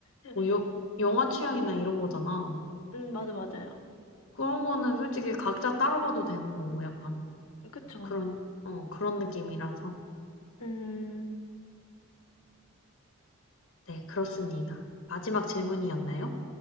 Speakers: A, on the left; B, on the left.
A: 음,
B: 뭐 요, 영화 취향이나 이런 거잖아.
A: 음, 맞아, 맞아요.
B: 그런 거는 솔직히 각자 따로 봐도 되는 거고 약간
A: 그쵸.
B: 그런 어, 그런 느낌이라서.
A: 음,
B: 네, 그렇습니다. 마지막 질문이었나요?